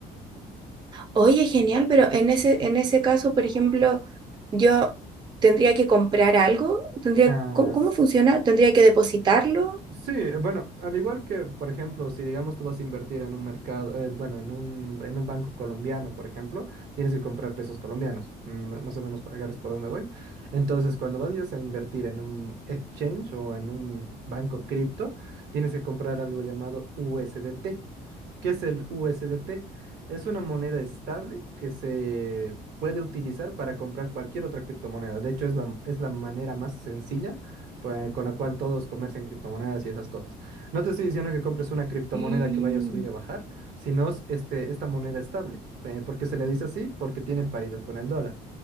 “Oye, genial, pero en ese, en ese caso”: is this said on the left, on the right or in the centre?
Right